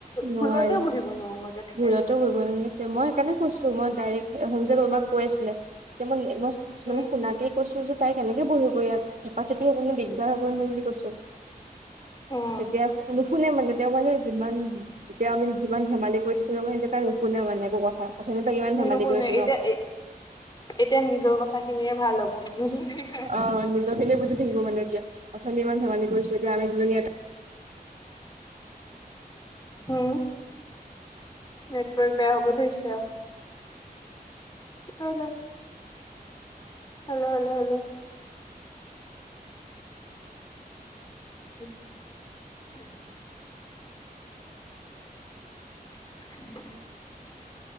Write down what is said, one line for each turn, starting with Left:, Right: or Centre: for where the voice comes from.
Right: নোৱাৰি
Left: ভুলতেও বহিব নোৱাৰো মই তেনেকে
Right: ভুলতো বহিব নোৱাৰি। মই সেইকাৰণে কৈছো, মই ডাইৰেক্ট যে বমাক কৈ আছিলে, তেয়া মই, মই
Left: উম
Right: মানে শুনাকে কৈছো যে তাই কেনেকে বহিব ইয়াত, থেপা থেতি হব, নহয়। দিগদাৰ হ'ব নহয় বুলি কৈছো।
Left: উম
Right: তেতিয়া নুশুনে মানে তেওঁ মানে যিমান তেতিয়া আমি যিমান ধেমালি কৰি থাকিলেও তাই নুশুনাই মানে একো কথা অথনি পা ইমান ধেমালি
Left: নুশুনে
Right: কৰিছো ন।
Left: এতিয়া এ এতিয়া নিজৰ কথা খিনিয়ে ভাল হ'ব।
Right: অ, নিজৰ খিনি বুজি থাকিব মানে এতিয়া অথনি ইমান ধেমালি কৰিছো এতিয়া আমি দুজনী।
Left: উম, নেটৱৰ্ক বেয়া হ'ব ধৰিছে আৰু। Hello. Hello, hello, hello. <inaudible> <inaudible>